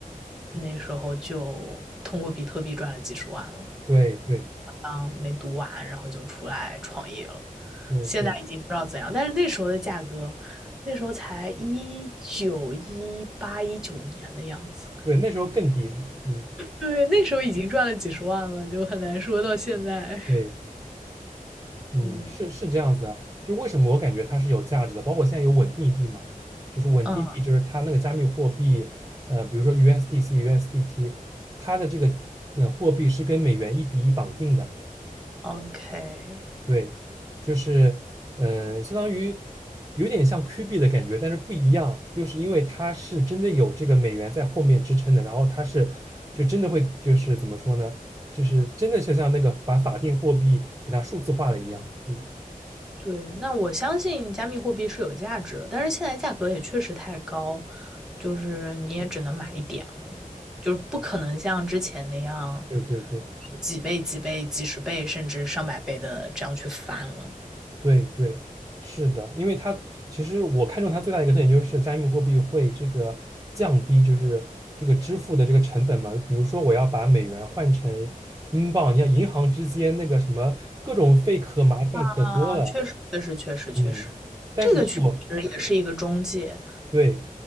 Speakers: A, in the centre; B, on the right.
A: 那时候就通过比特币赚了几十万了。
B: 对对
A: 嗯，没读完，然后就出来创业了。
B: 对对
A: 现在已经不知道怎样，但是那时候的价格，那时候才一九一八一九年的样子，
B: 对，那时候更低，嗯，
A: 对，那时候已经赚了几十万了，就很难说到现在。
B: 对，
A: <laughs>
B: 嗯，
A: 嗯
B: 是是这样子的。就为什么我感觉它是有价值的，包括现在有稳定币嘛，就是稳定币，
A: 嗯
B: 就是它那个加密货币，呃，比如说 USDC、USDT，它的这个呃货币是跟美元一比一绑定的，
A: ，OK。
B: 对，就是嗯、呃相当于有点像 Q 币的感觉，但是不一样，就是因为它是真的有这个美元在后面支撑的，然后它是就真的会就是怎么说呢，就是真的就像那个把法定货币给它数字化了一样，嗯，
A: 对，那我相信加密货币是有价值的，但是现在价格也确实太高，就是你也只能买一点了，就是不可能像之前那样
B: 对对对。
A: 几倍、几倍、几十倍甚至上百倍的这样去翻了。
B: 对对，是的，因为它其实我看中它最大的一个特点就是加密货币会这个降低就是这个支付的这个成本嘛，比如说我要把美元换成英镑，你看银行之间那个什么各种费可麻烦可多了，
A: 啊，确实，确实，确实，确实，
B: 嗯，但是如果
A: 这个确实也是一个中介。
B: 对，